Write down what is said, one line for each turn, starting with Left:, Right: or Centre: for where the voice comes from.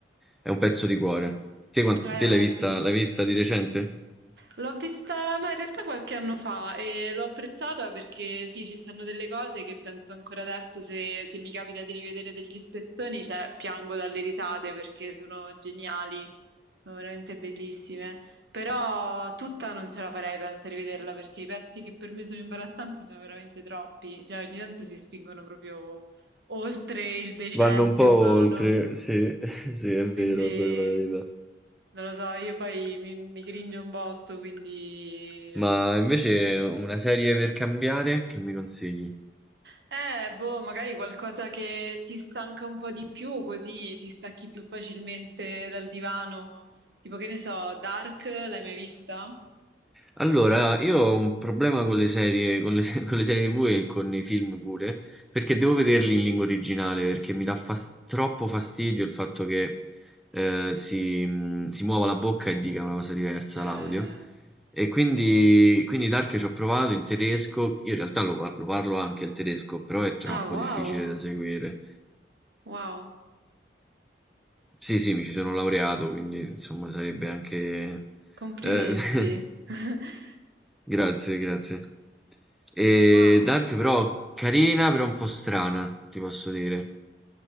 Centre: è un pezzo di cuore. Te, quant-
Right: Eh,
Centre: te l'hai vista,
Right: sì.
Centre: l'hai vista di recente?
Right: L'ho vista, ma in realtà qualche anno fa e l'ho apprezzata perché sì, ci stanno delle cose che penso ancora adesso, se, se mi capita di rivedere degli spezzoni, cioè piango dalle risate perché sono geniali, sono veramente bellissime. Però tutta non ce la farei, penso, a rivederla perché i pezzi che per me sono imbarazzanti sono veramente troppi, cioè ogni tanto si spingono proprio oltre il decente
Centre: Vanno un po'
Right: umano.
Centre: oltre, sì, <laughs> sì, è vero,
Right: Quindi
Centre: è proprio la verità.
Right: non lo so, io poi mi, mi cringio un botto, quindi eh,
Centre: Ma invece una serie per cambiare, che mi consigli?
Right: eh, boh, magari qualcosa che ti stanca un po' di più, così ti stacchi più facilmente dal divano. Tipo che ne so, Dark, l'hai mai vista?
Centre: Allora, io ho un problema con le serie, con le, <laughs> se- con le serie TV e con i film pure, perché devo vederli in lingua originale, perché mi dà fas- troppo fastidio il fatto che eh, si, mh, si muova la bocca e dica una cosa diversa
Right: Eh,
Centre: l'audio. E quindi, quindi Dark ci ho provato in tedesco, io in realtà lo, par- lo parlo anche il tedesco, però è troppo
Right: Ah, wow,
Centre: difficile da seguire.
Right: wow,
Centre: Sì, sì, mi ci sono laureato, quindi insomma sarebbe anche...
Right: complimenti.
Centre: eh, <laughs>
Right: <laughs>
Centre: Grazie, grazie. E
Right: Wow.
Centre: Dark però carina, però un po' strana, ti posso dire.